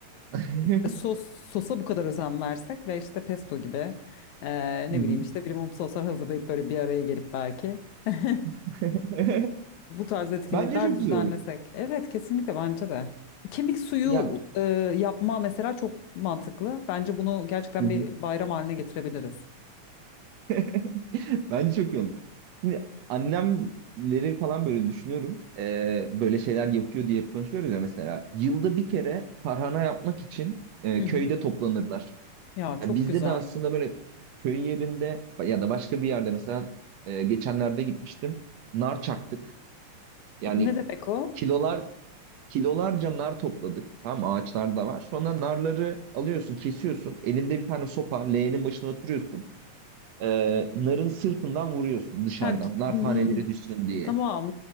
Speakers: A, on the right; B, on the left.
A: <laughs>
B: e, sos sosa bu kadar özen versek ve işte pesto gibi e, ne
A: Hı hı.
B: bileyim işte bir mum soslar hazırlayıp böyle bir araya gelip belki <laughs>
A: <laughs>
B: bu tarz etkinlikler
A: Bence çok
B: düzenlesek.
A: güzel olur.
B: Evet kesinlikle bence de. Kemik suyu
A: Ya
B: e, yapma mesela çok mantıklı. Bence bunu gerçekten
A: hı hı.
B: bir bayram haline getirebiliriz.
A: <laughs> Bence çok iyi olur. Şimdi annemleri falan böyle düşünüyorum. Ee, böyle şeyler yapıyor diye hep konuşuyoruz ya mesela. Yılda bir kere tarhana yapmak için e,
B: Hı hı.
A: köyde toplanırlar.
B: Ya çok
A: Ya bizde
B: güzel.
A: de aslında böyle köy yerinde ya da başka bir yerde mesela e, geçenlerde gitmiştim. Nar çaktık. Yani
B: Ne demek o?
A: kilolar kilolarca nar topladık. Tamam ağaçlar da var. Sonra narları alıyorsun, kesiyorsun. Elinde bir tane sopa, leğenin başına oturuyorsun e, narın sırtından vuruyorsun dışarıdan.
B: Ha,
A: Nar
B: n-
A: taneleri düşsün diye.
B: tamam,